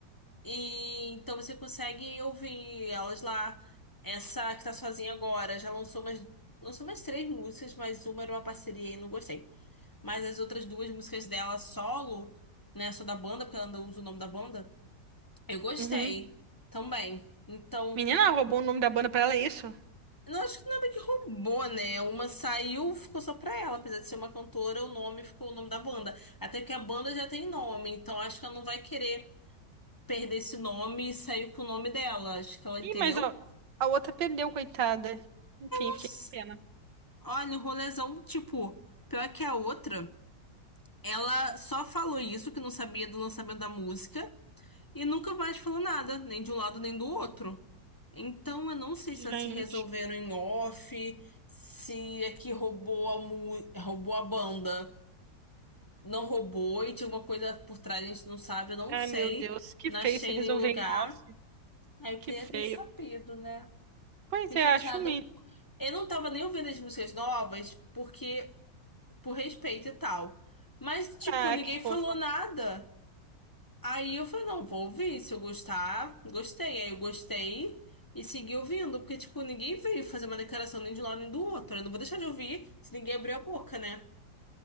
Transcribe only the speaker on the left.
E então você consegue ouvir elas lá. Essa que tá sozinha agora já lançou mais, lançou mais três músicas, mas uma era uma parceria e não gostei. Mas as outras duas músicas dela solo, né, só da banda, porque ela não usa o nome da banda, eu gostei
também. Então,
Não, acho que não é bem que roubou, né? Uma saiu, ficou só pra ela. Apesar de ser uma cantora, o nome ficou o nome da banda. Até porque a banda já tem nome, então acho que ela não vai querer perder esse nome e sair com o nome dela. Acho que ela entendeu.
Nossa,
olha, um rolezão, tipo, pior que a outra. Ela só falou isso, que não sabia do lançamento da música, e nunca mais falou nada, nem de um lado nem do outro. Então, eu não sei
se elas se resolveram em off, se é que roubou a, mu- roubou a banda, não roubou e tinha alguma coisa por trás, a gente não sabe, eu não
sei.
Não
achei
nenhum lugar.
Aí eu
queria
ter sabido, né?
Fiquei
chateada.
Eu não tava nem ouvindo as músicas novas, porque, por respeito e tal. Mas, tipo,
ninguém
falou nada. Aí eu falei, não, vou ouvir, se eu gostar, gostei. Aí eu gostei e segui ouvindo, porque, tipo, ninguém veio fazer uma declaração nem de um lado nem do outro. Eu não vou deixar de ouvir se ninguém abrir a boca, né?